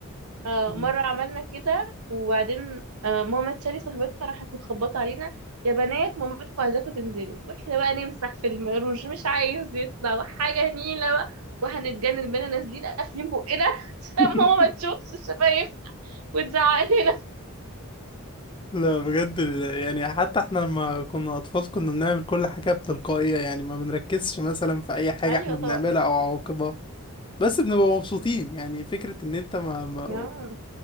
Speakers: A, on the right; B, on the left.
A: آه،
B: مم.
A: مرة عملنا كده وبعدين آه، ماما تشاري صاحبتنا راحت مخبطة علينا يا بنات مامتكم عايزاكم تنزلوا واحنا بقى نمسح في المروج مش عايز يطلع وحاجة نيلة بقى وهنتجنن بينا نازلين قافلين بقنا <laughs> عشان
B: <laughs>
A: ماما ما تشوفش الشفايف وتزعق لنا
B: لا بجد ال- يعني حتى احنا لما كنا اطفال كنا بنعمل كل حاجة بتلقائية يعني ما بنركزش مثلا في اي حاجة
A: ايوه
B: احنا بنعملها
A: طبعا
B: او عواقبها بس بنبقى مبسوطين يعني فكرة ان انت ما, ما
A: آه.